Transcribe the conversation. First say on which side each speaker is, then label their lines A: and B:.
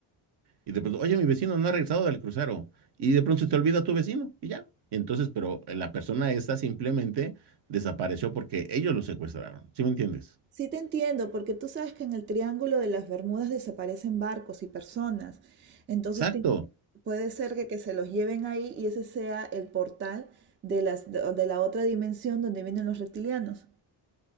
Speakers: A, on the right; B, on the right.
A: Y de pronto, oye, mi vecino no ha regresado del crucero. Y de pronto se te olvida tu vecino y ya. Y entonces, pero eh, la persona esta simplemente desapareció porque ellos lo secuestraron. ¿Sí me entiendes?
B: Sí te entiendo, porque tú sabes que en el Triángulo de las Bermudas desaparecen barcos y personas. Entonces
A: Exacto.
B: te- puede ser que, que se los lleven ahí y ese sea el portal de las, de, de la otra dimensión donde vienen los reptilianos.